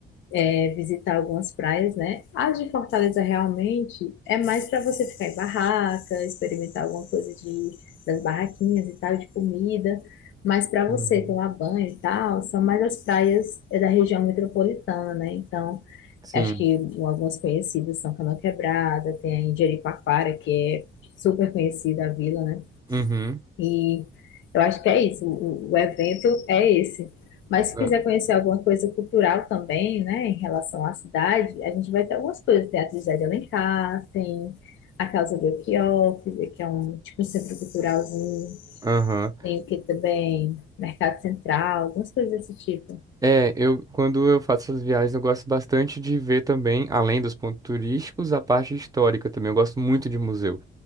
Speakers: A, on the left; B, on the right.
A: é visitar algumas praias, né? A de Fortaleza realmente é mais para você ficar em barraca, experimentar alguma coisa de, das barraquinhas e tal, de comida. Mas para
B: uhum.
A: você tomar banho e tal, são mais as praias é, da região metropolitana, né? Então,
B: Sim.
A: acho que algumas conhecidas são Canoa Quebrada, tem a Jericoacoara, que é super conhecida a vila, né?
B: Uhum.
A: E eu acho que é isso, o, o evento é esse. Mas se
B: ah,
A: quiser conhecer alguma coisa cultural também, né, em relação à cidade, a gente vai ter algumas coisas. Tem a Trindade de Alencar, tem a Casa Belchior, que que é um tipo um centro culturalzinho.
B: Aham.
A: Tem o que também? Mercado Central, algumas coisas desse tipo.
B: É, eu quando eu faço essas viagens, eu gosto bastante de ver também, além dos pontos turísticos, a parte histórica também. Eu gosto muito de museu.